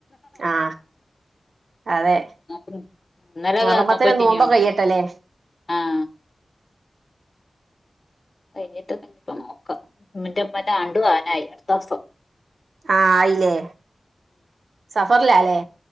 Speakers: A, on the right; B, on the left.
A: ആ അതെ
B: ഇന്നലെ
A: മുഹറമ്പത്തിന്
B: ഒക്കെ പറ്റിനിയോ
A: നോമ്പ് കഴിയട്ടല്ലേ
B: ആഹ കഴിഞ്ഞിട്ടൊക്കെ നോക്കാം ഇന്റമ്മന്റെ ആണ്ടു ആവാനായി അടുത്ത ദിവസം
A: ആഹ ആയില്ലേ സഫറില അല്ലേ